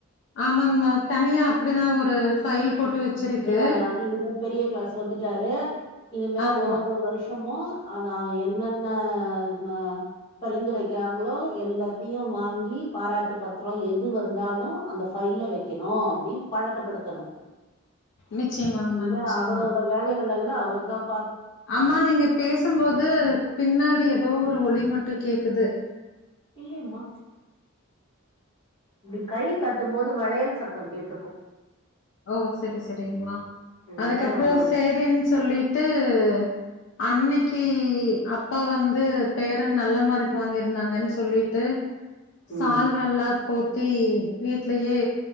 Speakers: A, on the left (about 55°); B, on the left (about 20°).
A: ஆமாங்மா தனியா அப்டிதான் ஒரு ஃபைல் போட்டு வச்சிருக்கு
B: ஏன்னா இனிமே பெரிய கிளாஸ் வந்துட்டாரு இனிமே
A: ஆமா
B: ஒரு ஒரு வருஷமும் அதா என்னென்ன ம.. பரிந்துரைக்கிறாங்களோ எல்லாத்தியும் வாங்கி பாராட்டு பத்ரம் எது வந்தாலும் அந்த ஃபைல்ல வைக்கணும் அப்டி பழக்கப்படுத்தணும்
A: நிச்சயமாங்மா
B: இனிமே
A: நிச்சயமா.
B: அவரோட வேலைக் எல்லாம் அவர் தான்
A: அம்மா நீங்க பேசும்போது பின்னாடி ஏதோ ஒரு ஒலி மட்டும் கேக்குது
B: இல்லேயம்மா இப்டி கை தட்டும் போது வளையல் சத்தம் கேட்ருக்கும்
A: ஓ செரி செரிங்கமா
B: ம்
A: அதுக்கப்றம்
B: வேற ஒண்ணு இல்ல
A: சேரின் சொல்லிட்டு <unintelligible> அன்னக்கி அப்பா வந்து பேர நல்ல மார்க் வாங்கிருந்தாங்கன்னு சொ சொல்லிட்டு
B: ம்
A: சால்வல்லாம் போட் தி வீட்லயே